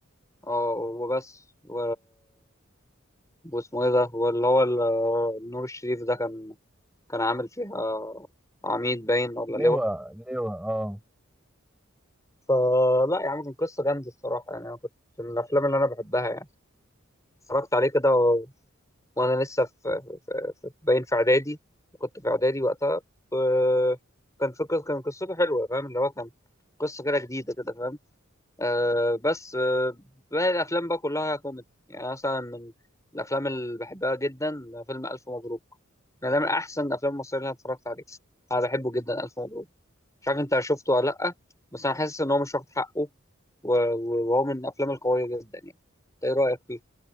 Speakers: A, on the left; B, in the centre.
A: اه وبس و... واسمه ايه ده واللي هو ال- نور الشريف ده كان كان عامل فيها عميد باين ولا
B: لواء
A: لواء
B: لواء اه
A: فلا يا عم كان قصة جامدة الصراحة يعني أنا كنت من الأفلام اللي أنا بحبها يعني. اتفرجت عليه كده و... وانا لسه في, في, في, في باين في اعدادي كنت في اعدادي وقتها آه، كان فكرة كان قصته حلوه فاهم اللي هو كان قصه كده جديده كده فاهم آه بس آه باقي الافلام بقى كلها كوميدي يعني مثلا من الافلام اللي بحبها جدا فيلم الف مبروك انا ده من احسن الافلام المصريه اللي انا اتفرجت عليها انا بحبه جدا الف مبروك مش عارف انت شفته ولا لا بس انا حاسس ان هو مش واخد حقه و- و- وهو من الافلام القويه جدا يعني إنت ايه رايك فيه